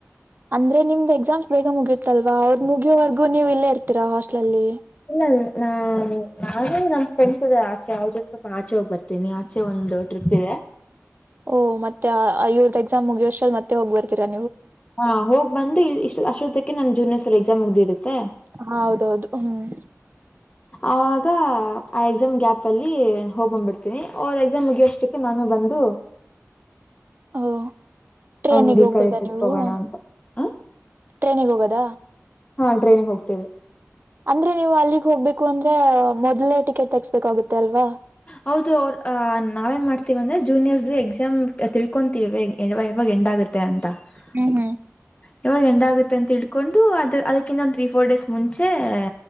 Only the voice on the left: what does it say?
ಇಲ್ಲ, ಇಲ್ಲಾ, ನ, ನಾನು, ನಮ್, ಫ್ರೆಂಡ್ಸ್ ಅದ ಆಚೆ, ಅವ್ರ, ಜೊತೆ, ಸ್ವಲ್ಪ, ಆಚೆ, ಹೋಗ್ ಬರ್ತೀನಿ! ಆಚೆ, ಒಂದು. <inaudible> ಎಲ್ಲಿ, ಟ್ರಿಪ್ಗ? <inaudible>
ಹಾ, ಹೋಗ್ ಬಂದು! ಇ, ಇಷ್ಟ ಅಷ್ಟೊತ್ತಕ್ಕೆ ನಮ, ಜೂನಿಯರ್ ಸರ್? ಎಕ್ಸಾಮ್ ಮುಗ್ದಿರುತ್ತೆ. <inaudible>
ಆಗ, ಆ ಎಕ್ಸಾಮ್ ಗ್ಯಾಪ್ ಅಲ್ಲಿ! ಹೋಗ್ ಬಂದ್ಬಿಡ್ತೀನಿ, ಅವಗ, ಎಕ್ಸಾಮ್ ಮುಗಿಯೋಷ್ಟಕ್ಕೆ, ನಾನು? <inaudible> ಹ, ಬಂದು. <inaudible>
ಒಂದ್ ಈ
ಕಡೆ ಟ್ರಿಪ್
ಹೋಗೋಣ
ಅಂತ ಹ
ಹಾ, ಟ್ರೈನಿಗೆ, ಹೋಗ್ತೇವೆ? <inaudible>
ಹೌದು, ಅವ್ರ, ಅ ನಾವೇನ್ ಮಾಡ್ತೀವಿ! ಅಂದ್ರೆ ಜೂನಿಯರ್, ಎಕ್ಸಾಮ್, ತಿಳ್ಕೊಂತೀವಿ? <inaudible> ಇವಾಗ, ಎಂಡಾಗುತ್ತೆ ಅಂತ?
<inaudible> ಯವಾಗ, ಎಂಡ್, ಆಗುತ್ತೆ ಅಂತ ತಿಳ್ಕೊಂಡು! ಅದ, ಅದಕ್ಕಿಂತ, ಒಂದ್, ತ್ರೀ, ಫೋರ್, ಡೇಸ್ ಮುಂಚೆ? <inaudible>